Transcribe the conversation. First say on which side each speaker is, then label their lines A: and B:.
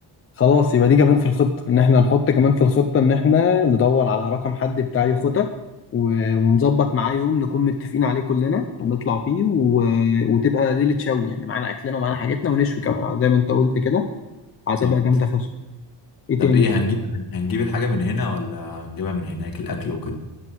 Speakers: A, on the left; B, on the left.
A: خلاص يبقى دي كمان في الخطة ان احنا نحط كمان في الخطة ان احنا ندور على رقم حد بتاع يخوتة و- ونظبط معاه يوم نكون متفقين عليه كلنا ونطلع فيه و... وتبقى ليلة شوي يعني معانا اكلنا ومعانا حاجتنا ونشوي كمان زي ما انت قلت كده هتبقى
B: بالظبط
A: جامدة فشخ ايه تاني
B: طب ايه هنجيب هنجيب الحاجه من هنا ولا هنجيبها من هناك الاكل وكده